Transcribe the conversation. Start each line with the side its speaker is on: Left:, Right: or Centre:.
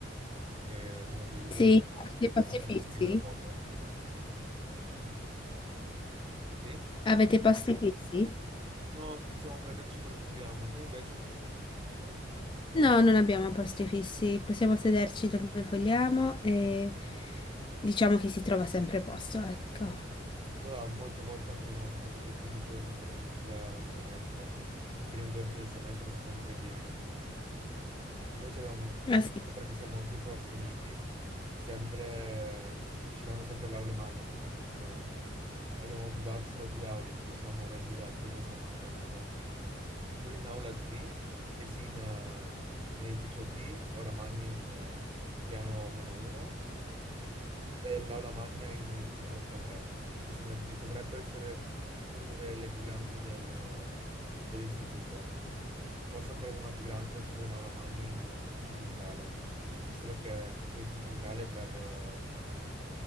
Right: che è uno di Udine,
Left: Sì, avete posti
Right: che si trasferì
Left: fissi?
Right: da poco. Sì?
Left: Avete posti fissi?
Right: No, possiamo prenderci quello che vogliamo. Te invece?
Left: No, non abbiamo posti fissi, possiamo sederci dove vogliamo e diciamo che si trova sempre posto, ecco.
Right: No, molte volte anche no, soprattutto i primi giorni appena inizia il semestre. I primi giorni del semestre sono sempre pieni. Noi ci avevamo,
Left: Ah,
Right: appunto
Left: sì.
Right: perché siamo due corsi uniti, sempre, si- ci danno sempre l'aula e magna per fare lezione. Abbiamo di base solo due aule in cui ci stiamo muovendo dal primo e secondo semestre. Quella in aula D, e sì in, eh, in edificio D, aula magna in eh, piano meno 1, è l'aula magna in edificio H3, che sono le più, dovrebbe essere una delle più grandi del- dell'istituto. Forse ancora una più grande, solo in aula magna in eh, edificio centrale. Solo che l'edificio centrale è per eh,